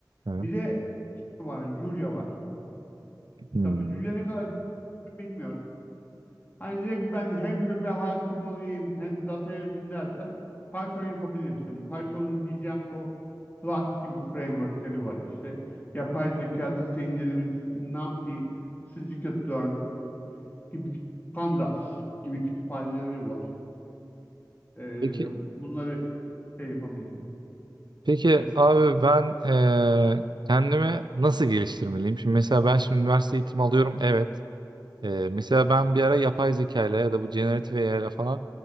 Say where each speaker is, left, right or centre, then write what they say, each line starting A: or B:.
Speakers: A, on the right; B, on the left.
A: Evet.
B: Bir de var. Julia var.
A: Hmm.
B: Tabii Julia ne kadar çok bilmiyorum. Hani direkt ben hem web'e hakim olayım hem data yazayım dersen Python yapabilirsin. Python'un Django Flask gibi frameworkleri var işte. Yapay zeka data incelemesi, NumPy, scikit-learn gibi küt- pandas gibi kütüphaneleri var. Ee,
A: Peki,
B: bunları şey yapabilir.
A: peki
B: Evet,
A: abi ben eee, kendimi nasıl geliştirmeliyim? Şimdi mesela ben şimdi üniversite eğitimi alıyorum. Evet. Ee, mesela ben bir ara yapay zeka ile ya da bu generatif AI ile falan